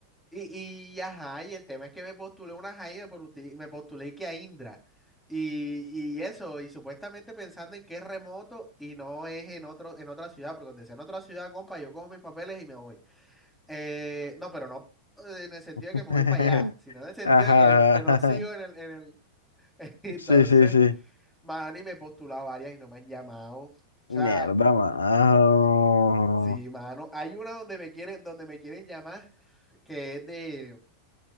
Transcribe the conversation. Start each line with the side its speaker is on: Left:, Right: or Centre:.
Centre: Y, y ajá, y el tema es que me postulé una Jaime, me postulé, me postulé que a Indra. Y, y eso, y supuestamente pensando en que es remoto y no es en otro, en otra ciudad, porque cuando sea en otra ciudad, compa, yo cojo mis papeles y me voy. Eh, no, pero no eh, en el sentido
Left: <laughs>
Centre: de que me voy para allá, sino en el sentido
Left: Ajá,
Centre: de que de no
Left: ajá.
Centre: sigo en el, en el. <laughs> Entonces,
Left: Sí, sí, sí.
Centre: mano, y me he postulado varias y no me han llamado. O sea,
Left: Mierda, mano.
Centre: sí, mano. Hay una donde me quieren, donde me quieren llamar, que es de